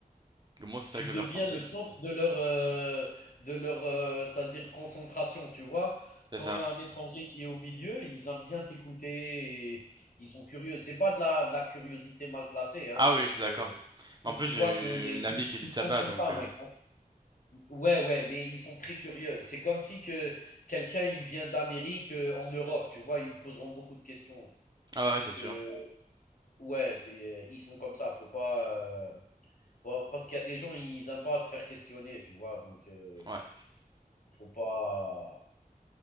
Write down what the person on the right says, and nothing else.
Moi, c'est ça
que j'avais
ressenti.
C'est
ça.
Ah oui,
je suis
d'accord. En
plus,
j'ai
une amie
qui habite
là-bas,
donc.
euh,
Ah bah
ouais, c'est sûr.
Ouais.